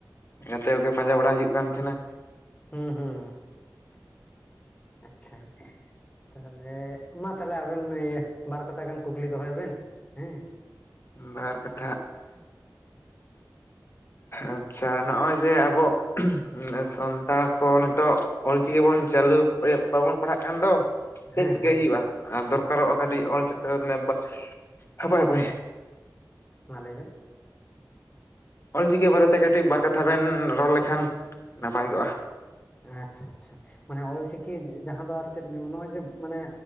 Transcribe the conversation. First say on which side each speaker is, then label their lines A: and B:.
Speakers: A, on the left; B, on the left.
A: ᱜᱟᱛᱮ ᱠᱚᱜᱮ ᱯᱟᱸᱡᱟ ᱵᱟᱲᱟ ᱦᱩᱭᱩᱜ ᱠᱟᱱ ᱛᱟᱦᱮᱸᱱᱟ
B: ᱦᱩᱸ ᱦᱩᱸ ᱟᱪᱪᱷᱟᱻ ᱛᱟᱦᱞᱮ ᱢᱟ ᱛᱟᱦᱚᱞᱮ ᱟᱵᱮᱱ ᱤᱭᱟᱹ ᱵᱟᱨ ᱠᱟᱛᱷᱟ ᱜᱟᱱ ᱠᱩᱠᱞᱤ ᱫᱚᱦᱚᱭ ᱵᱮᱱ ᱦᱮᱸ
A: ᱵᱟᱨ ᱠᱟᱛᱷᱟ ᱟᱪᱪᱷᱟ ᱱᱚᱜᱼᱚᱭ ᱡᱮ ᱟᱵᱚ ᱥᱟᱱᱛᱟᱲ ᱠᱚ ᱱᱤᱛᱚᱜ ᱚᱞᱪᱤᱠᱤ ᱵᱚᱱ ᱪᱟᱹᱞᱩ ᱟᱭᱟ. ᱵᱟᱵᱚᱱ ᱯᱟᱲᱦᱟᱜ ᱠᱟᱱ ᱫᱚ ᱪᱮᱫ
B: ᱦᱮᱸ
A: ᱪᱤᱠᱟᱹᱭ
B: ᱦᱮᱸ
A: ᱦᱩᱭᱩᱜ-ᱟ ᱟᱨ ᱫᱚᱨᱠᱟᱨᱚᱜ-ᱟ ᱠᱟᱹᱴᱤᱡ ᱚᱞ ᱪᱤᱠᱤ ᱱᱤ ᱦᱟᱯᱳᱭ ᱦᱟᱯᱳᱭ
B: ᱢᱟ ᱞᱟᱹᱭ ᱵᱮᱱ
A: ᱚᱞ ᱪᱤᱠᱤ ᱵᱟᱨᱮ ᱛᱮ ᱠᱟᱹᱴᱤᱡ ᱵᱟᱨ ᱠᱟᱛᱷᱟ ᱵᱮᱱ ᱨᱚᱲ ᱞᱮᱠᱷᱟᱱ ᱱᱟᱯᱟᱭ ᱠᱚᱜ-ᱟ
B: ᱟᱪᱪᱷᱟ ᱟᱪᱪᱷᱟ ᱢᱟᱱᱮ ᱚᱞᱪᱤᱠᱤ ᱡᱟᱦᱟ ᱫᱚ ᱟᱨ ᱪᱮᱫ ᱱᱚᱜᱼᱚᱭ ᱡᱮ ᱢᱟᱱᱮ